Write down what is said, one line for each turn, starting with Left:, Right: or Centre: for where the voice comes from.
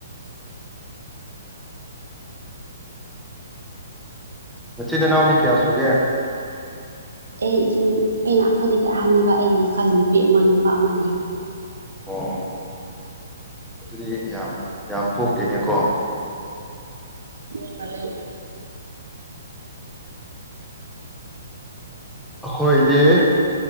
Centre: ꯅꯆꯤꯅꯅꯥꯎꯗꯤ ꯀꯌꯥ ꯁꯨꯒꯦ
Right: ꯑꯩ ꯑꯩꯅ ꯑꯩꯈꯣꯏꯗꯒꯤ ꯑꯍꯥꯟꯅꯦꯕ ꯑꯩꯒꯤ ꯃꯈꯥꯗ ꯅꯨꯄꯤ ꯑꯃ ꯅꯨꯄꯥ ꯑꯃ ꯂꯩꯌꯦ꯫
Centre: ꯑꯣ ꯑꯗꯨꯗꯤ ꯌꯥꯝ ꯌꯥꯝ ꯄꯣꯛꯇꯦꯅꯦꯀꯣ꯫
Right: ꯃꯤ <unintelligible>
Centre: ꯑꯩꯈꯣꯏꯗꯤ